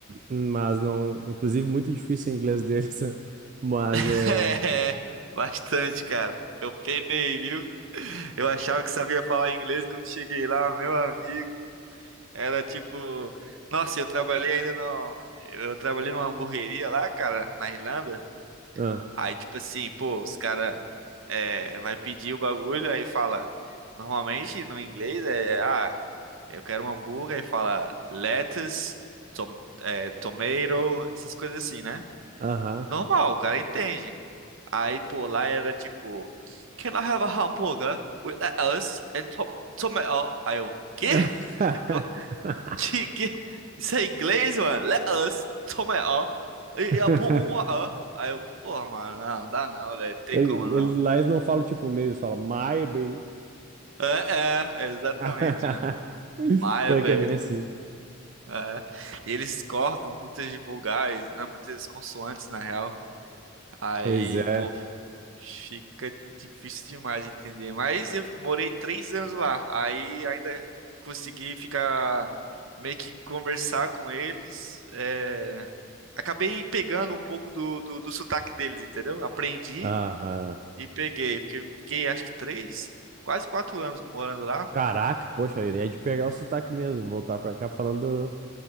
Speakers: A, on the right (about 40°); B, on the right (about 65°).
A: mas não. Inclusive, muito difícil o inglês deles, né? mas
B: <laughs>
A: é.
B: É, bastante, cara. Eu penei, viu? Eu achava que sabia falar inglês quando cheguei lá, meu amigo. Era tipo, nossa, eu trabalhei ainda no, eu trabalhei numa hamburgueria lá, cara, na Irlanda.
A: Ah,
B: Aí tipo assim, pô, os cara é, vai pedir o bagulho, aí fala, normalmente no inglês é, ah, eu quero um hambúrguer, aí fala lettuce, tom, é, tomato, essas coisas assim, né?
A: aham.
B: Normal, o cara entende. Aí, pô, lá era tipo, Can I have a hamburger with lettuce and to tomato? Aí eu, quê?
A: <laughs>
B: <laughs> Que, que- isso é inglês, mano? Let us. Toma aí, ó. E,
A: <laughs>
B: e eu pôr um ó. Aí eu, porra, mano, não, não dá não, velho. Tem
A: Ele-
B: como não.
A: Eles lá eles não falam tipo meio, eles falam my baby.
B: É, é, exatamente,
A: <laughs>
B: mano. Maybe.
A: Pior que é bem assim.
B: É. E eles cortam muitas de vogais, né, muitas consoantes, na real. Aí,
A: Pois é.
B: pô, Fica difícil demais de entender. Mas eu morei três anos lá. Aí ainda consegui ficar meio que conversar com eles. é, Acabei pegando um pouco do, do, do sotaque deles, entendeu? Aprendi
A: Aham.
B: e peguei. Porque eu fiquei acho que três, quase quatro anos morando lá.
A: Caraca, poxa, a ideia é de pegar o sotaque mesmo, voltar pra cá falando